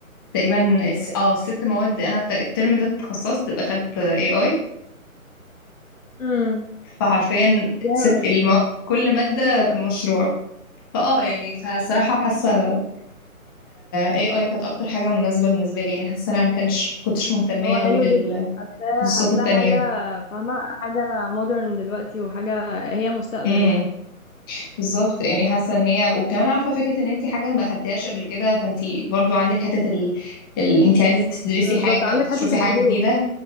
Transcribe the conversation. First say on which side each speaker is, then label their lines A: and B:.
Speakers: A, on the left; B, on the left.
A: تقريبا الس- اه الست مواد انا الت- الترم ده اتخصصت دخلت اي اي
B: امم
A: فحرفيا
B: جامد
A: ست المو... كل مادة
B: حلو ده
A: مشروع فاه يعني فصراحة حاسة اي اي كانت اكتر حاجة مناسبة بالنسبة لي يعني حاسة انا ما كانش كنتش مهتمية
B: هو حلو
A: قوي للتخصصات
B: جدا حاساه حاساه
A: التانية
B: حاجه فاهمه حاجه مودرن دلوقتي وحاجه هي مستقبل
A: امم
B: يعني
A: بالظبط يعني حاسة ان هي وكمان عارفة فكرة ان انت حاجة ما اخدتهاش قبل كده فانت برضو عندك حتة ال... ال... انت عايزة تدرسي
B: بالظبط
A: حاجة
B: عندك
A: او تشوفي
B: حته الفضول
A: حاجة جديدة